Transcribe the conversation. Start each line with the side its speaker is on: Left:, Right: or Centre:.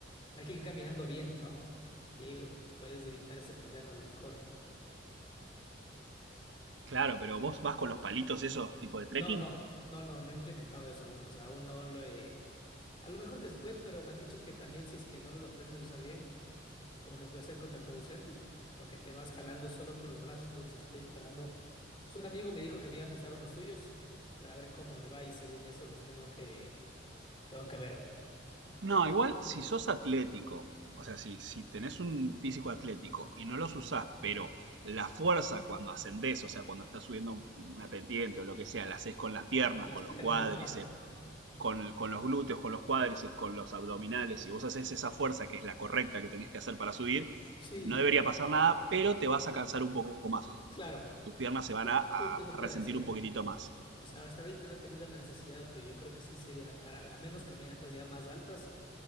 Left: o sea, hay que ir caminando bien, ¿no? Y ahí eh, puedes evitar ese problema a lo mejor.
Right: Claro, pero vos vas con los palitos esos tipo de trekking.
Left: No, no, no, no, no he implementado eso aún, o sea, aún no lo he, a lo mejor después, pero me han dicho que también si es que no los aprendes a usar bien. como que puede ser contraproducente, porque te vas jalando solo con los brazos, entonces estoy esperando. So, un amigo me dijo que me iba a prestar unos suyos para ver cómo me va y según eso los tengo que, tengo que ver
Right: No, igual si sos atlético, o sea, si, si tenés un físico atlético y no los usás, pero la fuerza cuando ascendés, o sea, cuando estás subiendo una pendiente o lo que sea, la haces con las piernas,
Left: con
Right: con
Left: las piernas,
Right: los cuádriceps,
Left: ajá.
Right: con, con los glúteos, con los cuádriceps, con los abdominales, y vos haces esa fuerza que es la correcta que tenés que hacer para subir,
Left: Sí,
Right: no debería pasar nada, pero te vas a cansar un poco más.
Left: claro,
Right: Tus piernas
Left: Ju-
Right: se van a, a-
Left: justo eso
Right: a
Left: te
Right: resentir
Left: iba a decir.
Right: un poquitito más.
Left: O sea, hasta ahorita no he tenido la necesidad, pero yo creo que sí sería para, a menos caminatas ya más altas,